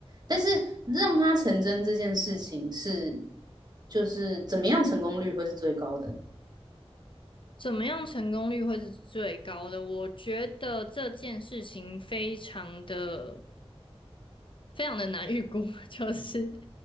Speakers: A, on the right (about 40°); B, on the left (about 55°).
A: 但是让它成真这件事情是，就是怎么样成功率会是最高的？
B: 怎么样成功率会是最高的？我觉得这件事情非常的、非常的难预估，<laughs> 就嗯是，